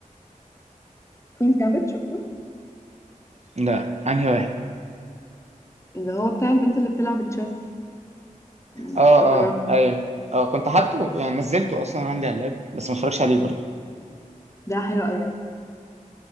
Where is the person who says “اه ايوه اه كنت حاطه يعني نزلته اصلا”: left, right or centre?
Right